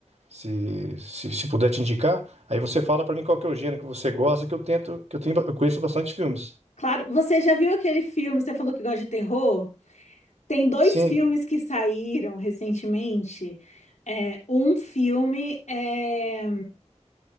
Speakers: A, on the right; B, on the left.
A: se, se, se puder te indicar. Aí você fala para mim qual que é o gênero que você gosta, que eu tento, que eu tenho, eu conheço bastante filmes.
B: Claro, você já viu aquele filme? Você falou que gosta de terror? Tem dois
A: Sim,
B: filmes que saíram recentemente. É, um filme é.